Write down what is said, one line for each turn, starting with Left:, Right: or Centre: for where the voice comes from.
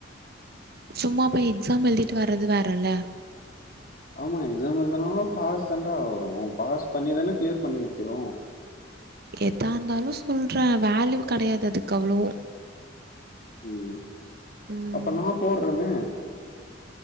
Right: சும்மாப்பெய் எக்ஸாம் எழுதிட்டு வர்றது வேறல
Left: ஆமா எக்ஸாம் எழுதுதான பாஸ் தண்டா ஆரும் பாஸ் பண்ணிதானே கிளியர் பண்ணி வைக்கிறோம்
Right: எதா இருந்தாலும் சொல்றேன் வேல்யூ கிடையாது அதுக்கு அவ்வளோ
Left: உம்
Right: ம்
Left: அப்ப நா போட்றேங்க